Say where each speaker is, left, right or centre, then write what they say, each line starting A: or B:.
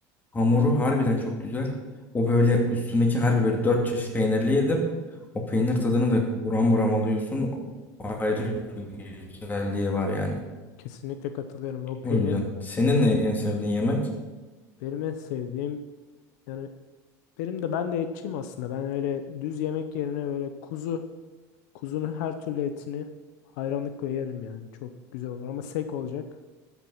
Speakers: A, on the left; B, on the left.
A: Hamuru harbiden çok güzel. O böyle üstündeki harbi böyle dört çeşit peynirli yedim. O peynir tadını da buram buram alıyorsun. Ayrı bir güzelliği var yani.
B: Kesinlikle katılıyorum. O peynir
A: O yüzden. Senin ne en sevdiğin yemek?
B: benim en sevdiğim. Yani benim de ben de etçiyim aslında. Ben öyle düz yemek yerine böyle kuzu, kuzunun her türlü etini hayranlıkla yerim yani. Çok güzel olur ama sek olacak.